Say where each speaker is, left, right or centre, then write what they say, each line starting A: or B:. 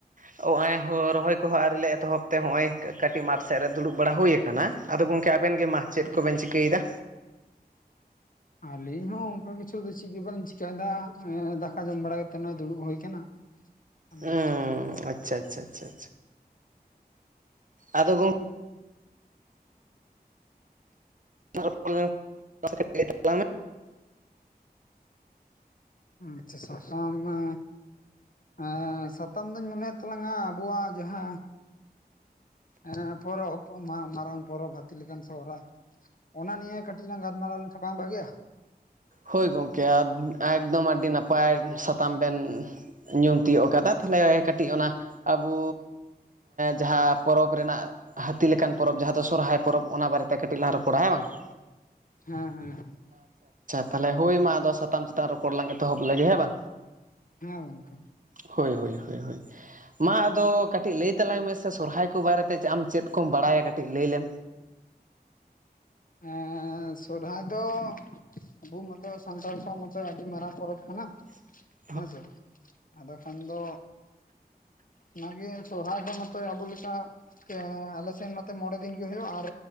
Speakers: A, on the right (about 50°); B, on the left (about 55°).
A: ᱱᱚᱜᱚᱭ ᱨᱚᱦᱚᱭ ᱠᱚᱦᱚᱸ ᱟᱹᱣᱤᱞᱮ ᱮᱛᱚᱦᱚᱵ ᱛᱮ ᱱᱚᱜᱼᱚᱭ ᱠᱟᱹᱴᱤᱡ ᱢᱟᱴᱷ ᱥᱮᱫ ᱨᱮ ᱫᱩᱲᱩᱵ ᱵᱟᱲᱟ ᱦᱩᱭᱩ ᱟᱠᱟᱱᱟ ᱟᱫᱚ ᱜᱚᱝᱠᱮ ᱟᱵᱮᱱ ᱜᱮ ᱢᱟᱦ ᱪᱮᱫ ᱠᱚᱵᱮᱱ ᱪᱤᱠᱟᱹᱭᱮᱫᱟ
B: ᱟᱹᱞᱤᱧ ᱦᱚᱸ ᱚᱱᱠᱟ ᱠᱤᱪᱷᱩ ᱫᱚ ᱪᱮᱫ ᱜᱮ ᱵᱟᱝ ᱪᱤᱠᱟᱹᱭᱫᱟ ᱫᱟᱠᱟ ᱡᱚᱢ ᱵᱟᱲᱟ ᱠᱟᱛᱮᱫ ᱱᱚᱜᱼᱚᱭ ᱫᱩᱲᱩᱵ ᱦᱩᱭ ᱟᱠᱟᱱᱟ᱾ ᱟᱫᱚ
A: ᱩᱻ ᱟᱪᱪᱷᱟ ᱟᱪᱪᱷᱟ ᱟᱫᱚ ᱜᱚᱝ ᱼᱼ <unintelligible> ᱠᱟᱹᱭ ᱛᱟᱞᱟᱝᱢᱮ
B: ᱟᱪᱪᱷᱟ ᱥᱚᱥᱟᱝ ᱢᱟ ᱟᱸ ᱥᱟᱛᱟᱢ ᱫᱩᱧ ᱢᱚᱱᱮᱭᱮᱫ ᱛᱟᱞᱟᱝᱟ ᱟᱵᱚᱣᱟᱜ ᱡᱟᱦᱟᱸ ᱮᱸ ᱯᱚᱨᱚᱵᱽ ᱢᱟᱨᱟᱝ ᱯᱚᱨᱚᱵᱽ ᱦᱟᱹᱛᱤ ᱞᱮᱠᱟᱱ ᱥᱚᱦᱨᱟᱭ ᱚᱱᱟ ᱱᱤᱭᱮ ᱠᱟᱹᱴᱤᱡ ᱛᱤᱧᱞᱟᱝ ᱜᱟᱞᱢᱟᱨᱟᱣ ᱞᱮᱱᱠᱷᱟᱱ ᱵᱟᱝ ᱵᱷᱟᱜᱮᱼᱟ?
A: ᱦᱳᱭ ᱜᱚᱢᱠᱮ ᱟᱫᱵᱩ ᱮᱠᱫᱚᱢ ᱟᱹᱰᱤ ᱱᱟᱯᱟᱭ ᱥᱟᱛᱟᱢ ᱵᱮᱱ ᱧᱩᱢ ᱛᱤᱭᱳᱜ ᱠᱟᱫᱟ ᱛᱟᱦᱞᱮ ᱠᱟᱹᱴᱤᱡ ᱚᱱᱟ ᱟᱵᱚ ᱡᱟᱦᱟᱸ ᱯᱚᱨᱚᱵᱽ ᱨᱮᱱᱟᱜ ᱦᱟᱹᱛᱤ ᱞᱮᱠᱟᱱ ᱯᱚᱨᱚᱵᱽ ᱡᱟᱦᱟᱸ ᱫᱚ ᱥᱚᱨᱦᱟᱭ ᱯᱚᱨᱚᱵᱽ ᱚᱱᱟ ᱵᱟᱨᱮᱛᱮ ᱠᱟᱹᱴᱤᱡ ᱞᱟᱝ ᱨᱚᱯᱚᱲᱟ ᱦᱮᱸ ᱵᱟᱝ <inaudible>
B: ᱦᱮᱸ ᱦᱮᱸ ᱦᱮᱸ
A: ᱛᱟᱦᱞᱮ ᱦᱳᱭ ᱢᱟ ᱟᱫᱚ ᱥᱟᱛᱟᱢ ᱪᱮᱛᱟᱱ ᱨᱚᱯᱚᱲ ᱞᱟᱝ ᱮᱛᱚᱦᱚᱵ ᱞᱮᱜᱮ ᱦᱮᱸ ᱵᱟᱝ
B: ᱦᱮᱸ ᱜᱚᱝᱠᱮ
A: ᱦᱳᱭ ᱦᱳᱭ ᱦᱳᱭ ᱦᱳᱭ ᱢᱟ ᱟᱫᱚ ᱠᱟᱹᱴᱤᱡ ᱞᱟᱹᱭ ᱛᱟᱞᱟᱝ ᱢᱮᱥᱮ ᱥᱚᱨᱦᱟᱭ ᱠᱚ ᱵᱟᱨᱮᱛᱮ ᱟᱢ ᱪᱮᱫ ᱠᱚᱢ ᱵᱟᱲᱟᱭᱟ ᱠᱟᱹᱴᱤᱡ ᱞᱟᱹᱭ ᱞᱮᱢ
B: ᱟᱸ ᱥᱚᱨᱦᱟᱭ ᱫᱚ ᱟᱵᱚ ᱢᱚᱛᱚ ᱥᱟᱱᱛᱟᱲ ᱠᱚᱣᱟᱜ ᱢᱚᱛᱚ ᱟᱹᱰᱤ ᱢᱟᱨᱟᱝ ᱯᱚᱨᱚᱵᱽ ᱠᱟᱱᱟ᱾
A: <inaudible>
B: ᱦᱮᱸ ᱥᱮ ᱟᱫᱚ ᱠᱷᱟᱱ ᱫᱚ ᱚᱱᱟᱜᱮ ᱥᱚᱨᱚ ᱦᱟᱭ ᱫᱚ ᱢᱚᱛᱚ ᱟᱵᱚ ᱞᱮᱠᱟ ᱟᱞᱮᱥᱱ ᱱᱚᱛᱮ ᱢᱚᱬᱮ ᱫᱤᱱ ᱜᱮ ᱦᱩᱭᱩᱜ ᱟᱨ